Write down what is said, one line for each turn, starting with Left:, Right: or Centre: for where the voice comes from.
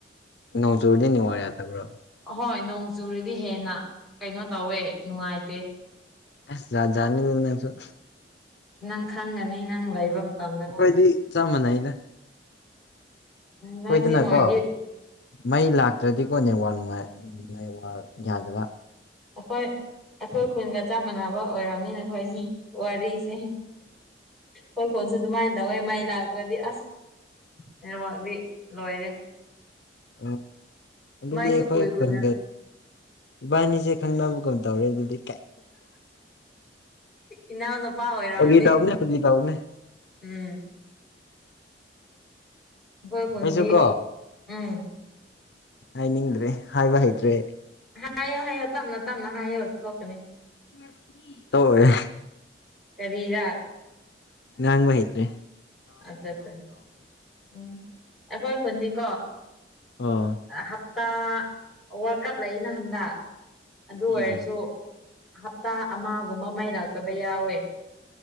Left: ꯅꯣꯡꯖꯨꯔꯗꯤꯅꯤꯉꯔꯦ ꯇꯕ꯭ꯔꯣ
Centre: ꯑꯍꯣꯏ ꯅꯣꯡ ꯆꯨꯨꯔꯗꯤ ꯍꯦꯟꯅ ꯀꯩꯅꯣ ꯇꯧꯋꯦ ꯅꯨꯡꯉꯥꯏꯇꯦ
Left: ꯑꯦꯖꯔꯅꯤ ꯅꯁꯨꯣ
Centre: ꯅꯪ ꯈꯪꯒꯅꯤ ꯅꯪ ꯂꯩꯕ ꯃꯇꯝꯗꯀꯣ
Left: ꯑꯩꯈꯣꯏꯗꯤ ꯆꯞ ꯃꯥꯟꯅꯩ ꯑꯩꯅ
Centre: ꯅꯣꯏ
Left: ꯍꯣꯏꯗꯅꯀꯣ
Centre: ꯆꯤꯡ ꯑꯣꯏꯔꯗꯤ
Left: ꯃꯩ ꯂꯥꯛꯇ꯭ꯔꯗꯤꯀꯣꯅꯦ ꯋꯥꯔ ꯅꯨꯡꯉꯥꯏ ꯃꯩ ꯋꯥꯔ ꯌꯥꯗꯕ
Centre: ꯑꯈꯣꯏ ꯑꯩꯈꯣꯏ ꯈꯨꯟꯒ ꯆꯞ ꯃꯥꯟꯅꯕ ꯑꯣꯏꯔꯕꯝꯅꯤꯅ ꯑꯩꯈꯣꯏꯁꯦ ꯋꯥꯔꯤꯁꯦ ꯍꯣꯏ ꯀꯣꯟꯁꯨ ꯑꯗꯨꯃꯥꯏꯅ ꯇꯧꯋꯦ ꯃꯥꯏ ꯂꯥꯛꯇ꯭ꯔꯗꯤ ꯑꯁ ꯅꯦꯠꯋꯥꯛꯗꯤ ꯂꯣꯏꯔꯦ
Left: ꯑꯣ ꯑꯗꯨ
Centre: ꯃꯥꯏꯁꯨ
Left: ꯑꯗꯨꯗꯤꯈꯣꯏ
Centre: ꯀꯨꯏ ꯀꯨꯏꯅ
Left: ꯐꯔꯗ ꯏꯕꯥꯅꯤꯁꯦ ꯈꯪꯅꯕꯒꯝ ꯇꯧꯔꯦ ꯑꯗꯨꯗꯤ
Centre: ꯏꯅꯥ ꯍꯅꯄꯥꯥ ꯑꯣꯏꯔꯗꯤ
Left: ꯐꯥꯒꯤ ꯇꯧꯕꯅꯦ ꯐꯥꯒꯤ ꯇꯧꯕꯅꯦ
Centre: ꯎꯝ ꯑꯩꯈꯣꯏ ꯈꯨꯟꯗꯤ
Left: ꯑꯩꯁꯨ ꯀꯣ
Centre: ꯎꯝ
Left: ꯍꯥꯏꯅꯤꯡꯗ꯭ꯔꯦ ꯍꯥꯏꯕ ꯍꯩꯇ꯭ꯔꯦ
Centre: ꯍꯥꯏꯌꯣ ꯍꯥꯏꯌꯣ ꯇꯞꯅ ꯇꯞꯅ ꯍꯥꯏꯌꯣ ꯊꯣꯛꯀꯅꯤ
Left: ꯃꯊ ꯇꯋꯏꯦ
Centre: ꯀꯔꯤꯔꯥ
Left: ꯉꯪ ꯑꯩꯇꯔꯤ
Centre: ꯑꯆꯥ ꯑꯠ ꯎꯝ ꯑꯩꯈꯣꯏ ꯐꯣꯟꯅꯤꯀꯣ
Left: ꯑꯣ
Centre: ꯍꯞꯇꯥ ꯋꯥꯔꯜ ꯀꯞ ꯂꯩ ꯅ ꯍꯟꯗ ꯑꯗꯨ
Left: ꯎꯝ
Centre: ꯑꯣꯏꯔꯁꯨ ꯍꯞꯇꯥ ꯑꯃꯒꯨꯝꯕ ꯃꯥꯏꯔꯥꯛꯛꯇꯕ ꯌꯥꯎꯋꯦ